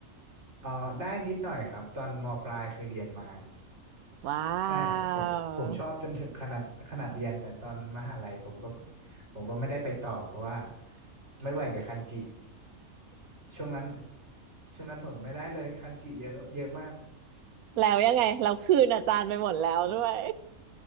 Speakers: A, on the right; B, on the right.
A: เออได้นิดหน่อยครับตอนมปลายเคยเรียนมา
B: ว้า
A: ใช่ผมผมชอบจนถึงขนาดขนาดเรียนแต่ตอนมหาลัยผมก็
B: ว
A: ผมก็ไม่ได้ไปต่อเพราะว่าไม่ไหวกับคันจิ ช่วงนั้นช่วงนั้นผมไม่ได้เลยคันจิเยอะเยอะมาก
B: แล้วยังไง เราคืนอาจารย์ไปหมดแล้วด้วย